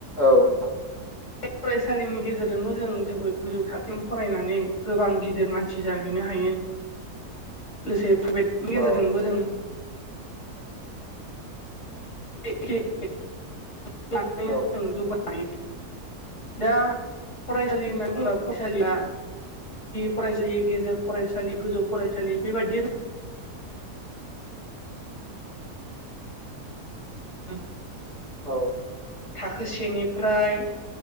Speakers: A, on the right; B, on the left.
A: औ नोंथां
B: बे फरायसालिनि गेजेरजोंबो जों जोबोद गोजौ थाखोम फरायनानै गोबां गिदिर मानसि जाहैनो हायो। <unintelligible> लोगोसे प्राइभेटनि
A: औ
B: गेजेरजोंबो जों <unintelligible>
A: औ
B: <unintelligible>
A: औ
B: गुदि फरायसालि गेजेर फरायसालि गोजौ फरायसालि बेबायदिनो <unintelligible>
A: औ
B: थाखो सेनिफ्राय